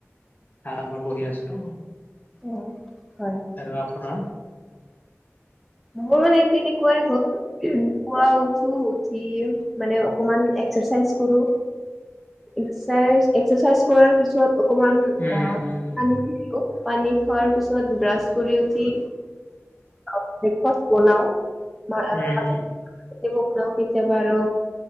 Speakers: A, on the left; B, in the centre.
A: আৰামত বহি আছো।
B: উ হয়।
A: আৰু আপোনাৰ?
B: মোৰ মানে তেনেকুৱাই হ'ল, উহু পুৱা উঠো দি মানে অকণমান এক্সাৰচাইজ কৰোঁ। এক্সাইজ এক্সাৰচাইজ কৰাৰ পিছত অকমান
A: উম,
B: আ
A: উম,
B: পানী দি ৰো, পানী খোৱাৰ পিছত ব্ৰাছ কৰি উঠি অ ব্ৰেকফাষ্ট বনাও, মা
A: উম,
B: আ মাজত তে মোক লও কেতিয়াবা আৰু